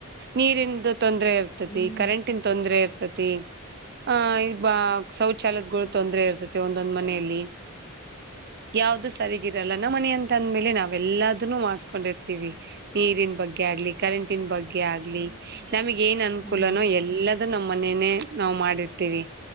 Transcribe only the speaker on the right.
ನೀರಿಂದ ತೊಂದರೆ ಇರ್ತತಿ
ಕರೆಂಟ್. ಟ್ಟಿಂದ ತೊಂದ್ರೆ ಇರ್ತತಿ. ಆ ಈ ಬ ಶೌಚಾಲಯದಗಳು ತೊಂದ್ರೆ ಇರ್ತತಿ ಒಂದೊಂದ್ ಮನೆಯಲ್ಲಿ.
ಯಾವ್ದು ಸರಿಗಿರಲ್ಲಾ ನಮ್ಮ ಮನೆ ಅಂತ ಅಂದ್ಮೇಲೆ ನಾವೆಲ್ಲಾದನು ಮಾಡ್ಕೊಂಡಿರ್ತೀವಿ. ನೀರಿನ ಬಗ್ಗೆ ಆಗ್ಲಿ ಕರೆಂಟನ್ ಬಗ್ಗೆ ಆಗ್ಲಿ ನಮಗ ಏನ್ ಅನುಕೂಲನೋ
ಎಲ್ಲದ. ಅದು ನಮ್ಮ ಮನೇನೇ ನಾವ್ ಮಾಡಿರ್ತೀವಿ.